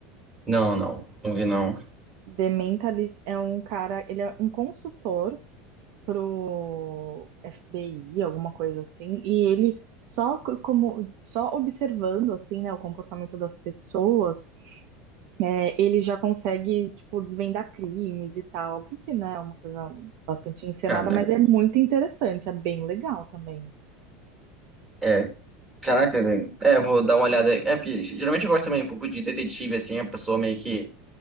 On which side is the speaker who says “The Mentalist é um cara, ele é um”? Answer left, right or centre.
Right